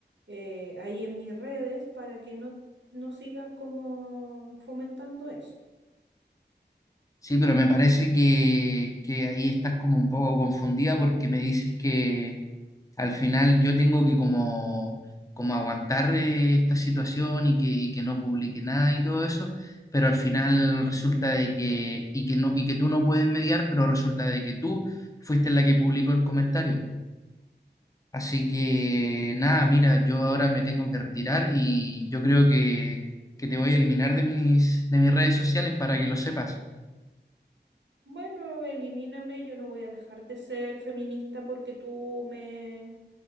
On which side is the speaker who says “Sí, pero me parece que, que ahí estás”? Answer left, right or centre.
Left